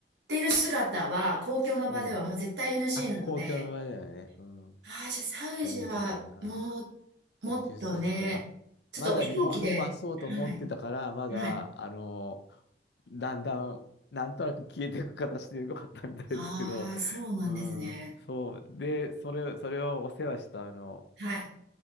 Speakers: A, on the right (about 85°); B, on the left (about 75°).
A: てる姿は、公共の場ではもう絶対
B: う。うん。
A: NG
B: あ、
A: なので、
B: 公共の場合だよね。うん。
A: ああ、じゃあサウジは、
B: そうだよな。
A: もう、もっとね、
B: 宇宙スタスタ。
A: ちょっと飛行機で、
B: まだ日本のパスポート持ってたから、
A: はい、
B: まだ、
A: はい。
B: あの、だんだん、なんとなく消えていく形でよかったみたいですけど、
A: ああ、そうなんですね。
B: うん、そう。で、それ、それをお世話した、あの、
A: はい、